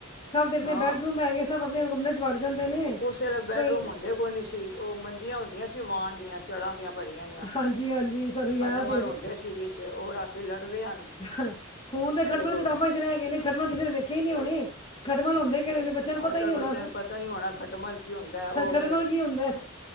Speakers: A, on the left (about 25°); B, on the left (about 55°).
A: ਸਭ ਦੇ ਅਪਣੇ
B: ਹਾਂ
A: ਬੈਡਰੂਮ ਹੈਗੇ ਸਭ ਅਪਣੇ ਕਮਰੇ ਚ ਵੜ ਜਾਂਦੇ ਨੇ।
B: ਉਸ ਵੇਲੇ ਬੈਡਰੂਮ
A: ਕੋਈ
B: ਹੁੰਦੇ ਕੋਈ ਨੀ ਸੀ, ਓ ਮੰਜੀਆਂ ਹੁੰਦੀਆਂ ਸੀ ਵਾਣ ਦੀਆਂ। ਚੜਾਂ ਦੀਆਂ ਭਰੀਆਂ ਹੋਈਆਂ।
A: ਹਾਂਜੀ-ਹਾਂਜੀ ਸਾਨੂੰ ਯਾਦ
B: ਖੱਟਮਲ
A: ਏ
B: ਹੁੰਦੇ ਸੀ ਵਿੱਚ ਓ ਰਾਤੀ ਲੜਦੇ ਹਨ।
A: ਅਹ, ਹੁਣ ਤੇ ਖਟਮਲ
B: ਫਿਰ ਉਹ
A: ਕਿਤਾਬਾਂ ਚ ਰੈਗੇ ਨੇ, ਖੱਟਮਲ ਕਿਸੇ ਨੇ ਵੇਖੇ ਈ ਨੀ ਹੋਣੇ, ਖੱਟਮਲ ਹੁੰਦੇ ਕੇੜੇ ਨੇ ਬੱਚਿਆਂ ਨੂੰ ਪਤਾ
B: ਅੱਜ ਕੱਲ੍ਹ
A: ਈ ਨੀ ਹੋਣਾ,
B: ਬੱਚਿਆਂ ਨੂੰ ਪਤਾ ਹੀ ਹੋਣਾ ਖਟਮਲ ਕੀ ਹੁੰਦਾ ਉਹ
A: ਖਟਮਲ
B: ਫਿਰ
A: ਕੀ ਹੁੰਦਾ।